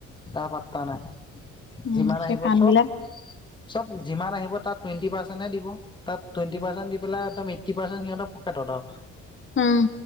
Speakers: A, on the left; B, on the left.
A: তাৰ পাত্তা নাই।
B: উম
A: যিমান
B: সেই
A: আহিব
B: ফান
A: চব,
B: বিলাক
A: চব যিমান আহিব তাৰ টুৱেণ্টি পাৰ্চেন্টহে দিব। তাত টুৱণ্টি পাৰ্চণ্ট দি পেলাই একদম এইটি পাৰ্চেণ্ট সিহঁতৰ পকেটত আও।
B: উম